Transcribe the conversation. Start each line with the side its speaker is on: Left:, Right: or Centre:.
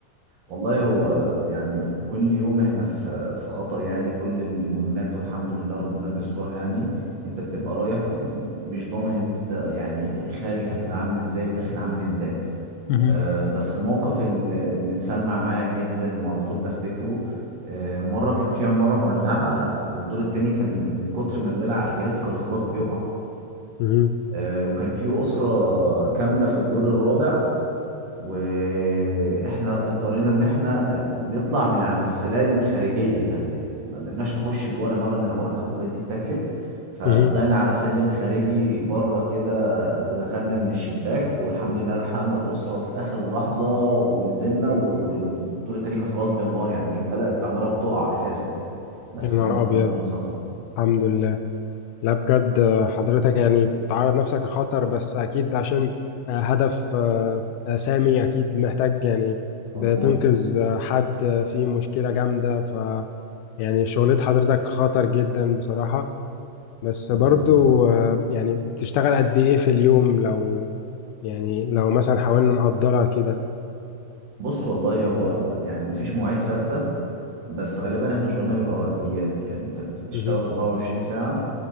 Right: والله هو يعني كل يوم احنا في في خطر يعني كل المهمات والحمد لله ربنا بيسترها يعني انت بتبقى رايح م- مش ضامن انت ت- يعني خارج هتبقى عامل ازاي وداخل عامل ازاي
Left: مهم.
Right: آه، بس الموقف ال- اللي مسمع معايا جدا وعلى طول بفتكره آه، مرة كان في عمارة مولعة والدور التاني كان من كتر ما الولعة أكلته كان خلاص بيقع
Left: مهم.
Right: آه، وكان في أسرة كاملة في الدور الرابع واحنا اضطرينا ان احنا نطلع من على السلالم خارجيه يعني ما قدرناش نخش من جوه العماره لان العماره كانت اوريدي اتاكلت فطلعنا
Left: مهم.
Right: على سلم خارجي بره كده ودخلنا من الشباك والحمد لله لحقنا الاسره في اخر لحظه ونزلنا و- والدور التاني كان خلاص بينهار يعني كان بدات العماره بتقع اساسا يعني بس
Left: يا نهار
Right: الحمد لله
Left: أبيض
Right: ربنا ستر
Left: الحمد لله لا بجد آه، حضرتك يعني بتعرض نفسك لخطر بس أكيد عشان آه، هدف آه، آه، سامي أكيد محتاج يعني بتنقذ
Right: مظبوط
Left: آه، حد آه، في مشكلة جامدة ف يعني شغلة حضرتك خطر جدا بصراحة بس
Right: مظبوط
Left: برضو آه، يعني بتشتغل قد إيه في اليوم لو يعني لو مثلا حاولنا نقدرها كده
Right: بص والله هو م- يعني مفيش مواعيد ثابتة بس غالبا احنا شغلنا بيبقى ورديات يعني انت بت- بتشتغل
Left: مهم.
Right: 24 ساعة